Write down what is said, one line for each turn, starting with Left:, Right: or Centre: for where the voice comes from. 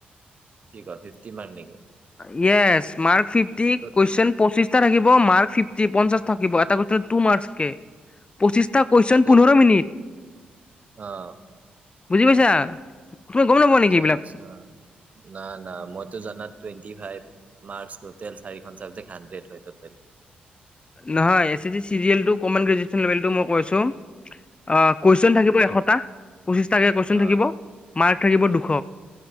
Right: কি কয়, ফিফটি মাৰ্ক নেকি?
Left: ইয়েচ মাৰ্ক ফিফ্টি,
Right: ত'
Left: কুৱেশ্চন পঁচিছ এটা থাকিব মাৰ্ক ফিফটি, পঞ্চাশ থাকিব। এটা কুৱেচনত টু মাৰ্কচকে। পঁচিছ টা কুৱেচন
Right: ত'
Left: পোন্ধৰ মিনিট
Right: অ'
Left: বুজি পাইছা? তুমি গম নোপোৱা
Right: আচ্ছা,
Left: নেকি এইবিলাক?
Right: আচ্ছা, না, না, মইতো জানাত টুৱেণ্টি ফাইভ, মাৰ্কস টোটেল চাৰিখন ছাবজেক্ট হাণ্ড্ৰেড হয় টোটেল।
Left: নহয় এ চি‌ দি চিৰিয়েলটো, কমন জন ৰেজিস্তেন লেবেলটো মই কৈ আছোঁ অ, কুৱেশন থাকিব এশটা পঁচিশ কে কুৱেশন
Right: অ
Left: থাকিব, মাৰ্ক থাকিব দুশ।